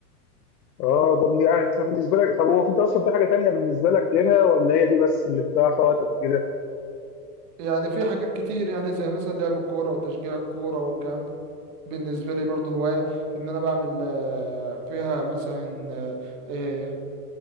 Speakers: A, on the left; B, on the right.
A: اه طب يعني انت بالنسبه لك طب هو انت اصلا في حاجه تانية بالنسبه لك غيرها ولا هي دي بس اللي بتاع وقتك وكده
B: يعني في حاجات كتير يعني زي مثلا لعب الكورة وتشجيع الكورة والكلام بالنسبة لي برضو هواية إن أنا بعمل آه، فيها مثلا آه، آه،